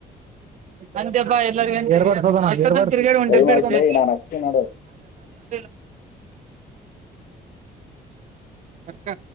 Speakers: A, on the right (about 50°); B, on the left (about 60°).
A: ಅಂದೆಪ್ಪಾ ಎಲ್ಲಗ ಇರ್ಬೋಡ್ಸ್ ತಿರ್ಗಡ
B: ಟೈಮ್
A: ಒಬಿಡ್
B: ಆಯ್ತಲೇ ನಾನು ಹಚ್ತೀನಿ ನೋಡು
A: <inaudible> ಎಕ್ಕ